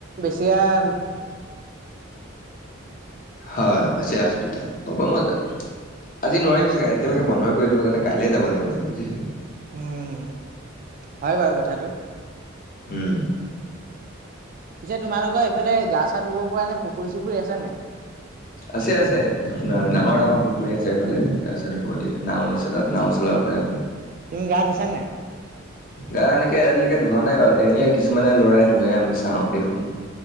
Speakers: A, on the right; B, on the left.
A: তিয়ন
B: হয়ছে হস্পিটল হ'ব মই আজি নোৱাৰিম চাগে এতিয়ালৈকে বন্ধই কৰি দিব কাৰণে কাইলৈ যাব লাগিব চাগে বুজিছে
A: উম হয় বাৰু কথাটো
B: উম
A: পিছে তোমালোকৰ এইফালে গা চা ধুব পৰা এনে পুখুৰী চুখুৰী আছে নাই
B: আছে আছে আপোনাৰ ডাঙৰ ডাঙৰ পুখুৰী আছে এইফালে গা চা ধুব দিয়ে নাও আছে তাত নাও চলাব পাৰে আপুনি।
A: তুমি গা ধুইছা নাই?
B: গা এনেকে আজিলৈকে ধোৱা নাই বাৰু এনেই কিছুমানে লৰাই ধুৱে আমি চাওঁ দেখো।